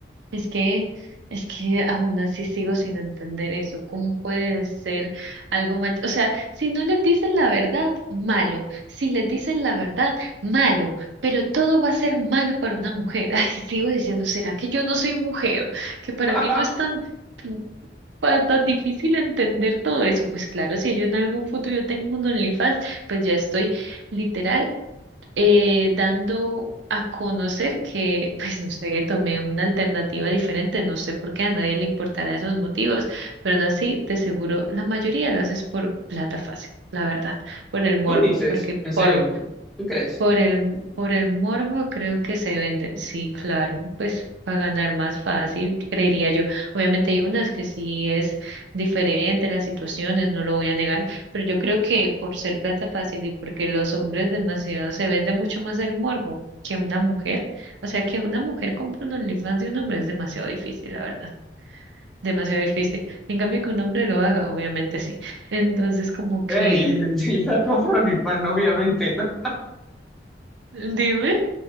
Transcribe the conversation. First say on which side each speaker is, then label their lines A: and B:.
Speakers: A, on the right; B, in the centre.
A: Es que, es que aún así sigo sin entender eso. ¿Cómo puede ser algo mal? O sea, si no les dicen la verdad, malo. Si les dicen la verdad, malo. Pero todo va a ser malo para una mujer. <laughs> Ay, sigo diciendo, ¿será que yo no soy mujer? Que para
B: <laughs>
A: mí no es tan, tan pa- tan difícil entender todo eso. Pues claro, si yo en algún futuro tengo un OnlyFans, pues ya estoy literal eh, dando a conocer que, pues no sé, tomé una alternativa diferente, no sé por qué a nadie le importará esos motivos, pero no así, de seguro la mayoría lo haces por plata fácil, la verdad, por el morbo,
B: Tú dices,
A: porque
B: en serio,
A: por
B: ¿tú, tú crees?
A: por el, por el morbo creo que se venden, sí, claro, pues para ganar más fácil, creería yo. Obviamente hay unas que sí es diferente las situaciones, no lo voy a negar, pero yo creo que por ser plata fácil y porque los hombres demasiado se vende mucho más el morbo que una mujer, o sea que una mujer compra un OnlyFans de un hombre es demasiado difícil, la verdad, demasiado difícil. En cambio que un hombre lo haga, obviamente sí. Entonces como que,
B: Ey,
A: mm,
B: <laughs> yo compro OnlyFans, obviamente, ¿no?
A: dime.